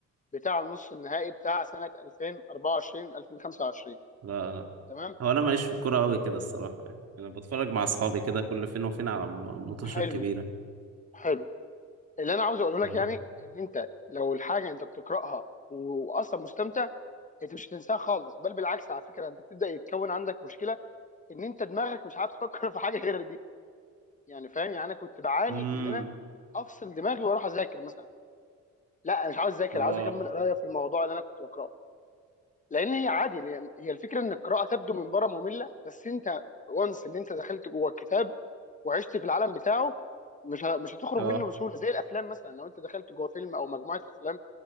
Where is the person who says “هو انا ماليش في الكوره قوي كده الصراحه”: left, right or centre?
Right